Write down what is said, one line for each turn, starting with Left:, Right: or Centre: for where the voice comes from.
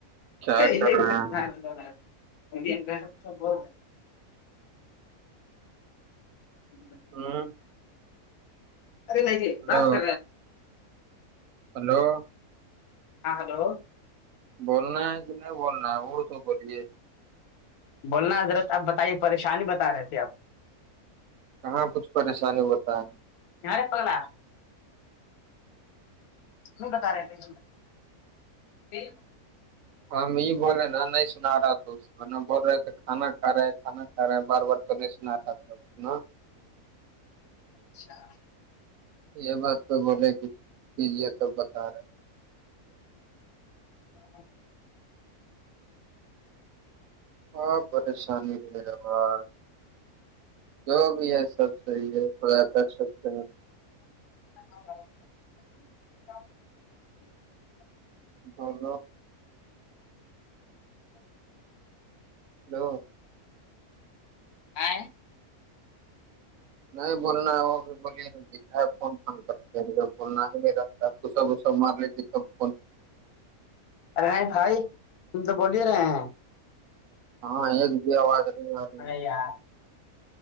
Right: کیا
Left: ا یہ
Right: کر
Left: بھی
Right: رہے
Left: ک
Right: ہیں
Left: م ب <unintelligible> <unintelligible>
Right: <unintelligible>
Left: ارے نہیں
Right: ہلو
Left: رہ
Right: ہلو
Left: ہاں ہلو <unintelligible>
Right: بولنا ہے کہ نہیں بولنا ہے وہ سب بولے <unintelligible>
Left: بولنا حضرت آپ بتائیے پریشانی بتا رہے تھے آپ <unintelligible>
Right: کہاں کچھ پریشانی بتائے <unintelligible>
Left: یار پگلا <unintelligible> ت بتا رہےم د <unintelligible>
Right: ہم یہ بولے نا نہیں سنا رہا تو اسورنہ بول رہے تھے کھانا <unintelligible> کھ رہا ہے کھانا کھ رہا ہے بار بار تو نہیں سنا رہا تھا نا <unintelligible>
Left: اچھا <unintelligible>
Right: یہ بات تو بولے کہ کیجیے تو بتا رہے ہیں <unintelligible>
Left: ا
Right: ہاں پریشانی رہ ہوا جو بھی ہے سب صحیح ہے پ آ کررشکتے ن
Left: <inaudible>
Right: <inaudible>
Left: ہ
Right: ہلو
Left: آ
Right: نہیں بولنا ہے وہ بھی بولیےا دکھا ہے فون فون کرتے ایک دم ب رست ک سب ب سب مارلے ج سب بن
Left: ارے نہیں بھائی تم تو بوول ہی رہے ہیں
Right: ہاں ایک بھی آواز نہیں آ رہی
Left: جاں